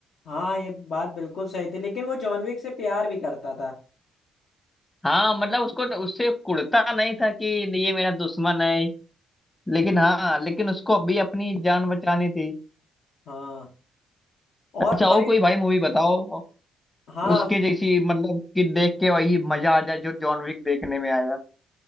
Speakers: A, on the left; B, on the left.
A: हाँ ये बात बिल्कुल सही थी लेकिन वो जॉन विक से प्यार भी करता था
B: हाँ मतलब उसको तो, उससे कुड़ता नहीं था कि ये मेरा दुश्मन है लेकिन हाँ लेकिन उसको अभी अपनी जान बचानी थी
A: हाँ
B: अच्छा
A: और
B: और
A: भाई
B: कोई भाई मूवी बताओ
A: हाँ
B: उसके जैसी मतलब कि देख के वही मजा आ जाए जो जॉन विक देखने में आया